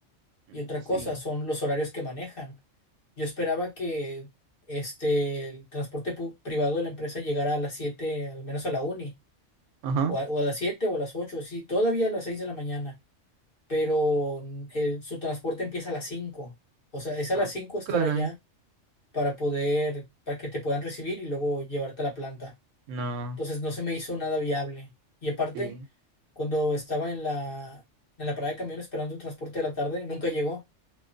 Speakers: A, on the right; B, on the left.
A: No,
B: Y otra
A: Sí.
B: cosa son los horarios que manejan. Yo esperaba que este, el transporte pu- privado de la empresa llegara a las 7 al menos a la uni,
A: Ajá.
B: o a, o a las 7 o a las 8 sí, todavía a las 6 de la mañana, pero mm, el- su transporte empieza a las cinco O sea, es a
A: Ah,
B: las 5 estar
A: caray.
B: allá para poder, para que te puedan recibir y luego llevarte a la planta.
A: No,
B: Entonces no se me hizo nada viable. Y aparte,
A: sí.
B: cuando estaba en la, en la parada de camión esperando el transporte de la tarde, nunca llegó.